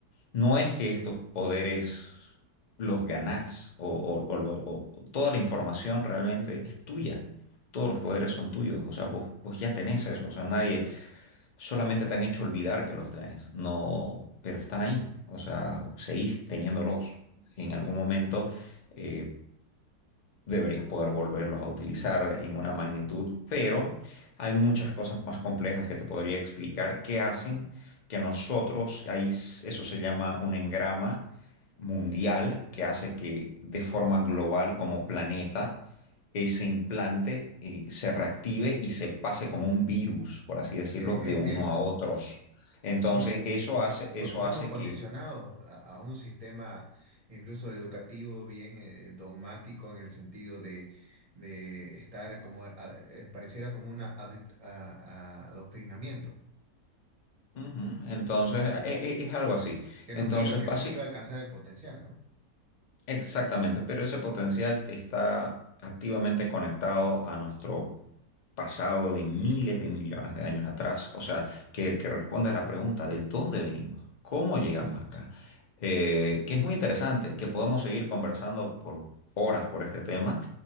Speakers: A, on the left (about 55°); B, on the right (about 30°).
A: no es que estos poderes los ganás o, o- o lo- o- toda la información realmente es tuya. Todos los poderes son tuyos, o sea, vos, vos ya tenés eso, o sea, nadie, solamente te han hecho olvidar que los tenés, no, pero están ahí, o sea, seguís teniéndolos. En algún momento, eh, deberías poder volverlos a utilizar en una magnitud, pero hay muchas cosas más complejas que te podría explicar que hacen que nosotros, ahí s- eso se llama un engrama mundial, que hace que de forma global como planeta ese implante eh, se reactive y se pase como un virus, por así decirlo,
B: e-
A: de uno
B: e- eso,
A: a otros. Entonces,
B: sí,
A: eso hace, eso
B: porque estamos
A: hace
B: condicionados
A: que...
B: a, a un sistema incluso educativo bien eh, dogmático en el sentido de, de estar como, a- eh, pareciera como un adoctrinamiento,
A: Ujú, Entonces, e- e- es algo así.
B: que
A: Entonces,
B: nos priva, que
A: básicamente...
B: nos priva de alcanzar el potencial, ¿no?
A: Exactamente, pero ese potencial está activamente conectado a nuestro pasado de miles de millones de años atrás. O sea, que, que responde a la pregunta de dónde venimos, cómo llegamos acá. Eh, que es muy interesante, que podemos seguir conversando por horas por este tema,